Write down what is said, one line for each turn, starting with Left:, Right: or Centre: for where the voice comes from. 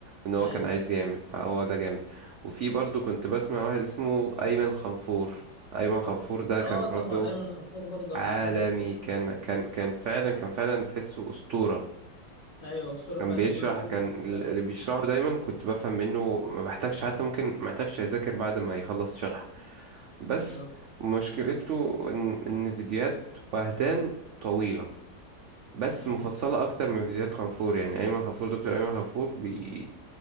Right: ان هو
Left: ايوه
Right: كان عايز
Left: ايوه
Right: يعمل فهو ده جامد وفي برضو كنت بسمع واحد اسمه ايمن خنفور ايمن خنفور ده كان
Left: اه
Right: برضو
Left: طبعا ايمن خفور برضه
Right: عالمي
Left: انا كنت بحب
Right: كان كان كان
Left: آه.
Right: فعلا كان فعلا تحسه أسطورة
Left: ايوه اسطوره
Right: كان
Left: فعلا
Right: بيشرح
Left: كل دول
Right: كان
Left: دكاتره
Right: ال- اللي بيشرحه دايما كنت بفهم منه ما بحتاجش حتى ممكن ما احتاجش اذاكر بعد ما يخلص شرح بس
Left: بالظبط
Right: مشكلته ان ان فيديوهات وهدان طويلة بس
Left: مم.
Right: مفصلة اكتر من فيديوهات غفور يعني ايمن غفور دكتور ايمن غفور بي